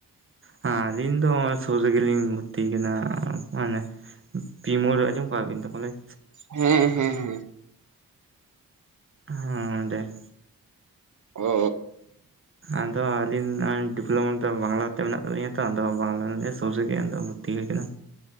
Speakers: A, on the right; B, on the right.
A: ᱦᱮ ᱟᱹᱞᱤᱧ ᱫᱚ ᱱᱚᱜᱚᱭ ᱥᱩᱨ ᱨᱮᱜᱮᱞᱤᱧ ᱵᱷᱩᱨᱛᱤ ᱠᱟᱱᱟ᱾ ᱢᱟᱱᱮ ᱯᱤ ᱢᱳᱲ ᱟᱸᱡᱚᱢ ᱟᱠᱟᱜ ᱵᱤᱱ ᱛᱚ ᱠᱚᱞᱮᱡ?
B: ᱦᱮᱸ ᱦᱮᱸ ᱦᱮᱸ᱾
A: ᱦᱩᱸᱰᱮ᱾
B: ᱚ
A: ᱟᱫᱚ ᱟᱹᱞᱤᱧ ᱰᱤᱯᱞᱳᱢᱟ ᱫᱚ ᱵᱟᱝᱞᱟᱛᱮ ᱢᱮᱱᱟᱜ ᱛᱟᱹᱞᱤᱧᱟ᱾ ᱛᱚ ᱟᱫᱚ ᱵᱟᱝ ᱢᱤᱰᱤᱭᱟ ᱥᱩᱨ ᱨᱮᱜᱮ ᱟᱫᱚ ᱵᱷᱩᱨᱛᱤ ᱦᱩᱭ ᱟᱠᱟᱱᱟ